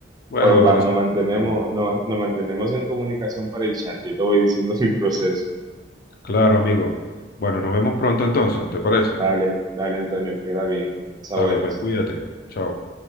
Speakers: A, on the left; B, on the right.
A: Bueno,
B: Pues va,
A: me parece.
B: nos mantenemos,
A: bien.
B: nos, nos mantenemos en comunicación para el chat. Yo te voy diciendo <laughs> mi proceso.
A: Claro, amigo. Bueno, nos vemos pronto entonces, ¿te parece?
B: Dale, dale, Antonio, queda bien. Hasta
A: Dale,
B: buenas.
A: pues cuídate. Chao.